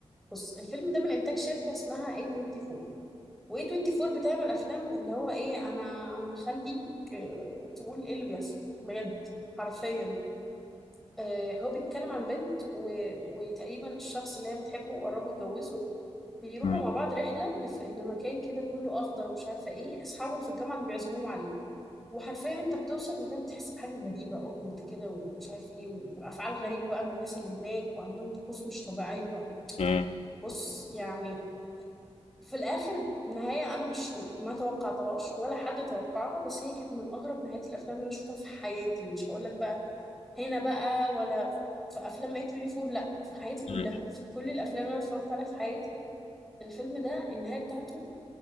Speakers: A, in the centre; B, on the left.
A: بص الفيلم ده من انتاج شركة اسمها A24 واي 24 بتعمل افلام اللي هو ايه انا انا هخليك آه، تقول ايه اللي بيحصل بجد حرفيا آه، هو بيتكلم عن بنت و... وتقريبا الشخص اللي هي بتحبه وقربوا يتجوزوا بيروحوا
B: مم.
A: مع بعض رحله لف... لمكان كده كله اخضر ومش عارفه ايه اصحابهم في الجامعه اللي بيعزموهم عليه وحرفيا انت بتوصل المكان بتحس بحاجه غريبه اوكورد كده ومش عارف ايه وافعال غريبه بقى من الناس اللي هناك وعندهم طقوس مش طبيعيه
B: مم.
A: بص يعني في الاخر نهايه انا مش ما توقعتهاش ولا حد توقعها بس هي كانت من اغرب نهايات الافلام اللي انا شفتها في حياتي مش هقول لك بقى هنا بقى ولا في افلام اي 24 لا في حياتي كلها
B: مم.
A: في كل الافلام اللي انا اتفرجت عليها في حياتي الفيلم ده النهايه بتاعته